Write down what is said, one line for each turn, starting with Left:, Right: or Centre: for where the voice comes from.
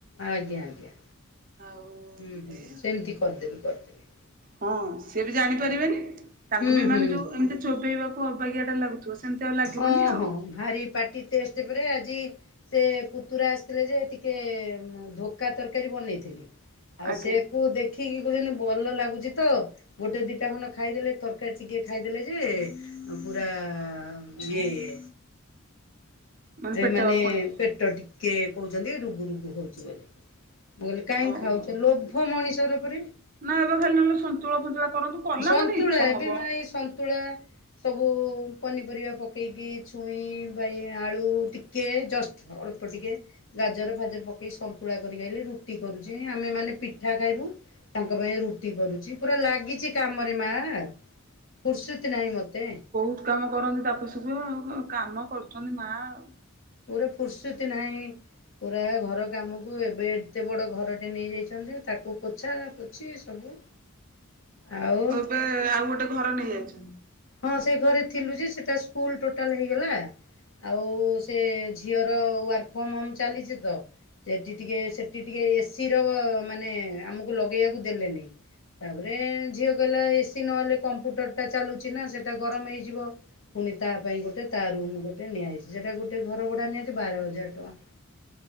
Left: ଆଜ୍ଞା ଆଜ୍ଞା।
Right: ଆଉ
Left: ହୁଁ ହୁଁ
Right: ଏଇଆ ଆଉ।
Left: ସେମିତି କରିଦେବି କରିଦେବି।
Right: ହଁ ସିଏ ବି ଜାଣିପାରିବେନି
Left: ଆଉ
Right: ତାଙ୍କୁ
Left: ହୁଁ
Right: ବି
Left: ହୁଁ
Right: ମାନେ ଯୋଉ ଏମିତି ଚୋବେଇବାକୁ ଅବାଗିଆଟା ଲାଗୁଥିବ। ସେମିତି ଆଉ ଲାଗିବନି
Left: ହଁ
Right: ଆଉ
Left: ହଁ ଭାରି ପାଟି ଟେଷ୍ଟ ପରେ ଆଜି ସେ ପୁତୁରା ଆସିଥିଲେ ଯେ ଟିକେ ଧୋକକା ତରକାରୀ ବନେଇଥିଲି। ଆଉ
Right: ଆଜ୍ଞା
Left: ସେ କୁ ଦେଖ ଦେଖିକି କହୁଛନ୍ତି ଭଲ ଲାଗୁଛି ତ ଗୋଟେ ଦିଟା ଖଣ୍ଡ ଖାଇଦେଲେ ତରକାରୀ ଟିକେ ଖାଇଦେଲେ ଯେ ପୁରା ଇଏ ହେଇ
Right: ମାନେ
Left: ଏମାନେ
Right: ପେଟ ପୁଣି
Left: ପେଟ୍ ପେଟ ଟିକେ କହୁଛନ୍ତି ରୁଗୁ ରୁଗୁ ହଉଛି ବୋଲି ମୁଁ କହିଲି କାହିଁକି
Right: ଓହୋ
Left: ଖାଉଛ ଲୋ। ଭ ମଣିଷର ପରେ
Right: ନା ଏବେ ଖାଲି ନହେଲେ ସନ୍ତୁଳା ଫନ୍ତୁଳା କରନ୍ତୁ କଲା
Left: ସନ୍ତୁଳା
Right: ମାନେ ଇଚ୍ଛା
Left: ଏବେ
Right: ହବ
Left: ମା ଏ ସନ୍ତୁଳା। ସବୁ ପନିପରିବା ପକେଇକି ଛୁଇଁ, ବାଇଆ ଆଳୁ ଟିକେ ଜଷ୍ଟ ଅଳ୍ପ ଟିକେ। ଗାଜର ଫାଜର ପକେଇ ସନ୍ତୁଳା କରି କି ଆଇଲି ରୁଟି କରୁଛି ଆମେ ମାନେ ପିଠା ଖାଇବୁ। ତାଙ୍କ ପାଇଁ ରୁଟି କରୁଛି ପୁରା ଲାଗିଛି କାମରେ ମା ଫୁର୍ସିତି ନାହିଁ ମତେ।
Right: ସବୁ କାମ କରନ୍ତି ତାପ ସବୁ ଆଉ କାମ କରୁଛନ୍ତି ମା ଆଉ
Left: ପୁରା ଫୁର୍ସୁତି ନାହିଁ ପୁରା ଘର କାମକୁ ଏବେ ଏତେ ବଡ଼ ଘରଟେ ନେଇଯାଇଛନ୍ତି ତାକୁ କୁ ପୋଛା ପୋଛି ସବୁ ଆଉ
Right: ଏବେ ଆଉ ଗୋଟେ ଘର ନେୟା <inaudible>
Left: ହଁ ସେ ଘରେ ଥିଲୁ ଯେ ସେଟା ସ୍କୁଲ ଟୋଟାଲ ହେଇଗଲା। ଆଉ ସେ ଝିଅର ୱାର୍କ ଫ୍ରମ ହୋମ୍ ଚାଲିଛି ତ ସେଠି ଟିକେ ସେଠି ଟିକେ ଏସିର ମାନେ ଆମକୁ ଲଗେଇୟାକୁ ଦେଲେନି। ତାପରେ ଝିଅ କହିଲା ଏସିି ନହେଲେ କମ୍ପୁଟରଟା ଚାଲୁ। ଚିନା ସେଟା ଗରମ ହେଇଯିବ ପୁଣି ତା ପାଇଁ ଗୋଟେ ତା ରୁମ୍ ଗୋଟେ ଗୋଟେ ନିଆହେଇଛି ସେଟା ଗୋଟେ ଘର ଭଡା ନିଆଯାଇଛି ବାର ହଜାର ଟଙ୍କା।